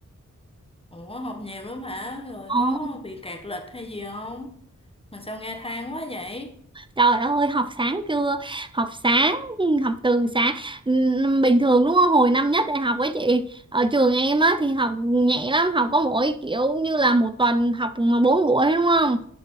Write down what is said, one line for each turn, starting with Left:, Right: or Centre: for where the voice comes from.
Left: Ủa học nhiều lắm hả? Rồi
Right: Ồ
Left: có bị kẹt lịch hay gì không? Mà sao nghe than quá vậy?
Right: Trời ơi, học sáng chưa? Học sáng, ừ, học từ sáng. Ừm, Bình thường đúng không? Hồi năm nhất đại học ấy chị, ở trường em á thì học nhẹ lắm, học có mỗi kiểu như là một tuần học bốn buổi đúng không?